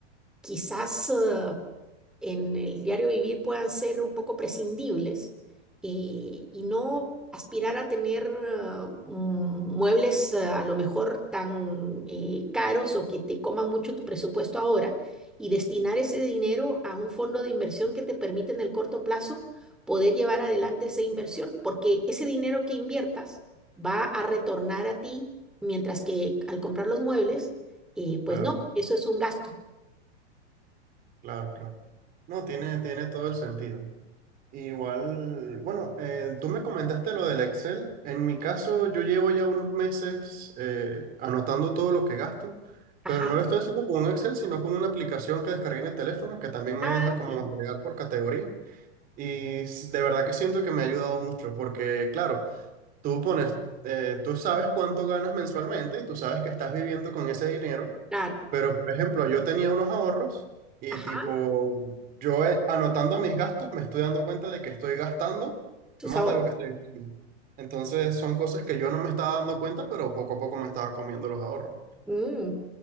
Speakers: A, in the centre; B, on the right.
A: quizás ah, en el diario vivir puedan ser un poco prescindibles eh, y no aspirar a tener ah, mm, muebles ah, a lo mejor tan eh, caros o que te coman mucho tu presupuesto ahora y destinar ese dinero a un fondo de inversión que te permite en el corto plazo poder llevar adelante esa inversión, porque ese dinero que inviertas va a retornar a ti, mientras que al comprar los muebles, eh, pues
B: Claro,
A: no, eso es un gasto.
B: claro, claro. No, tiene, tiene todo el sentido. Igual, bueno, eh, tú me comentaste lo del Excel. En mi caso, yo llevo ya unos meses eh, anotando todo lo que gasto,
A: Ajá.
B: pero no lo estoy haciendo con un Excel, sino con una aplicación que descargué en el teléfono que también me
A: Ah,
B: deja como
A: sí,
B: agregar por categoría. Y s- de verdad que siento que me ha ayudado mucho, porque claro, tú pones, eh, tú sabes cuánto ganas mensualmente y tú sabes que estás viviendo con ese dinero.
A: claro.
B: Pero, por ejemplo, yo tenía unos ahorros y
A: Ajá,
B: tipo, yo eh, anotando mis gastos me estoy dando cuenta de que estoy gastando
A: tus
B: más
A: ahorros.
B: de lo que estoy invirtiendo. Entonces son cosas que yo no me estaba dando cuenta, pero poco a poco me estaba comiendo los ahorros.
A: Mm,